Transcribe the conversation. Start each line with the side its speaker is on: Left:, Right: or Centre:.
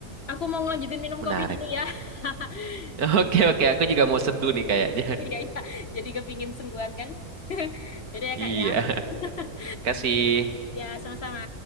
Left: Aku mau ngelanjutin minum
Right: menarik.
Left: kopi dulu ya. <laughs>
Right: <laughs> Oke oke, aku juga mau seduh nih kayaknya.
Left: Iya, iya. Jadi kepingin sungguhan kan. <laughs> Jadi ya,
Right: <laughs> Iya.
Left: Kak, ya.
Right: Terima
Left: <laughs>
Right: Kasih.
Left: Ya, sama-sama.